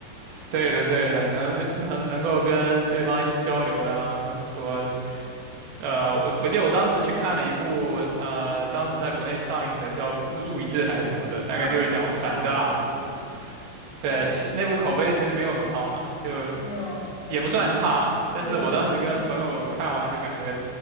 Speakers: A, on the right; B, on the left.
A: 对的，对的，能能能够跟对方一起交流的啊，或者说，呃，我我记得我当时去看了一部，呃，当时在国内上映的叫《孤注一掷》还是什么的，大概就是讲反诈的事。
B: <laughs> 啊，仿大片子是吧？
A: 对，
B: 对，
A: 其那部口碑其实没有很好嘛，就
B: 没有，对，
A: 也不算差，但是我当时跟朋友看完就感觉
B: 对对对，提供，对，